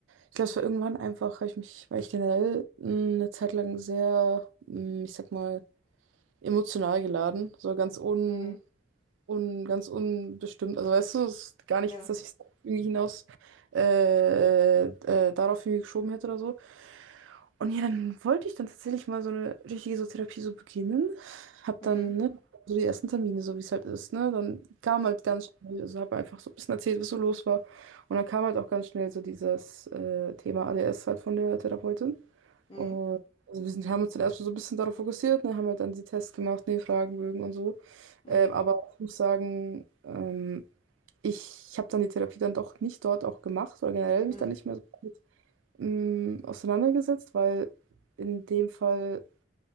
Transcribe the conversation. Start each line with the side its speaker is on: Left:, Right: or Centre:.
Right: Ich glaube, es war irgendwann einfach, hab ich mich, weil ich generell mh, eine Zeit lang sehr, mh, ich sag mal, emotional geladen, so ganz un,
Left: Mhm.
Right: un, ganz unbestimmt. Also weißt du, es ist gar nicht
Left: Ja.
Right: jetzt, dass ich es irgendwie hinaus äh, äh, darauf irgendwie geschoben hätte oder so. Und ja, dann wollte ich dann tatsächlich mal so eine richtige so Therapie so beginnen. Hab
Left: Mhm.
Right: dann, ne, so die ersten Termine, so wie es halt ist, ne? Dann kam
Left: Ja.
Right: halt ganz schnell, also habe einfach so ein bisschen erzählt, was so los war. Und dann kam halt auch ganz schnell so dieses äh, Thema ADS halt von der Therapeutin.
Left: Mhm.
Right: Und also wir sind, haben uns dann erstmal so ein bisschen darauf fokussiert, ne, haben halt dann die Tests gemacht, ne, Fragenbögen und so.
Left: Mhm.
Right: Ähm, aber ich muss sagen, ähm, ich habe dann die Therapie dann doch nicht dort auch gemacht oder generell mich
Left: Mhm.
Right: dann nicht mehr so mh, auseinandergesetzt, weil in dem Fall,